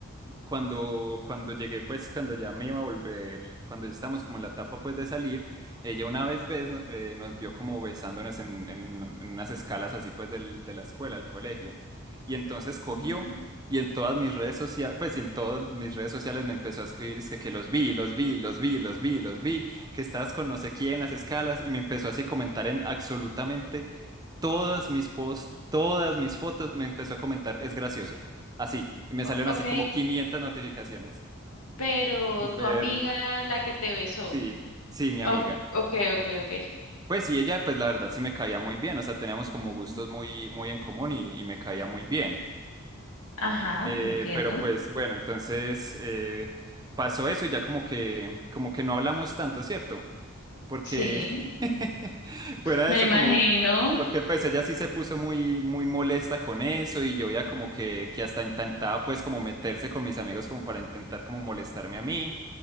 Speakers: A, on the right; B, on the left.
A: cuando, cuando llegué, pues cuando ya me iba a volver, cuando ya estábamos como en la etapa pues de salir, ella una vez ves, no- eh, nos vio como besándonos en, en- en unas escalas así pues del- de la escuela, al colegio. Y entonces cogió
B: Ujú.
A: y en todas mis redes sociales, pues y en todas mis redes sociales me empezó a escribir, es que, que los vi, los vi, los vi, los vi, los vi, que estabas con no sé quién en las escalas y me empezó así a comentar en absolutamente todas mis posts, todas mis fotos, me empezó a comentar, es gracioso así. Y me
B: O-
A: salieron
B: ok,
A: así como 500 notificaciones.
B: pero
A: Súper,
B: tu amiga, la que te besó.
A: sí, sí, mi amiga.
B: Ok, ok, ok. ok.
A: Pues sí, ella, pues la verdad sí me caía muy bien, o sea, teníamos como
B: Ujú.
A: gustos muy, muy en común y, y me caía muy bien.
B: Ajá,
A: Eh,
B: te entiendo.
A: pero pues bueno, entonces eh, pasó eso y ya como que, como que no hablamos tanto, ¿cierto? porque
B: Sí,
A: <laughs> fuera
B: me
A: de eso
B: imagino.
A: como porque pues ella sí se puso muy muy molesta con eso y yo ya como que que hasta intentaba pues como meterse con mis amigos como para intentar como molestarme a mí,